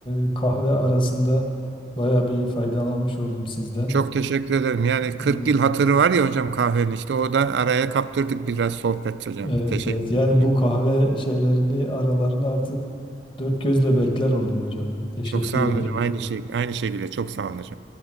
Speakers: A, on the left (about 30°); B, on the right (about 80°).
A: e, kahve arasında baya bir faydalanmış oldum sizden.
B: Çok teşekkür ederim. Yani
A: <laughs>
B: 40 yıl hatırı var ya hocam kahvenin işte o da araya kaptırdık biraz sohbet hocam.
A: Ee, evet
B: Teşekkür
A: evet. Yani
B: ederim.
A: bu kahve şeylerini aralarını artık dört gözle bekler oldum hocam. Teşekkür
B: Çok sağ
A: ediyorum.
B: olun hocam. Aynı şey, aynı şekilde çok sağ olun hocam.